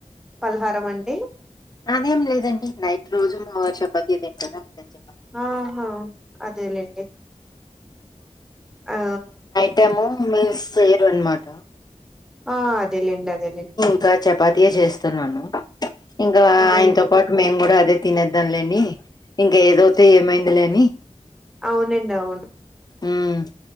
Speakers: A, in the centre; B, on the left (about 30°).
A: పలహారం అండి
B: అదేం లేదండి నైట్ రోజు మా వారు చపాతి ఏ తింటారా అందుకు అని చెప్
A: ఆ హా అదేలేండి ఆ
B: టేమో మీస్ చేయరు అన్నమాట
A: ఆ అదేలేండి అదేలేండి
B: ఇంకా చపాతియే చేస్తున్నాను ఇంకా
A: అదేలేండి
B: ఆయనతో పాట్ మేము కూడా అదే తినేద్దాంలేని ఇంకా ఏదోతి ఏమైంది లే అని
A: అవునండి అవును
B: మ్మ్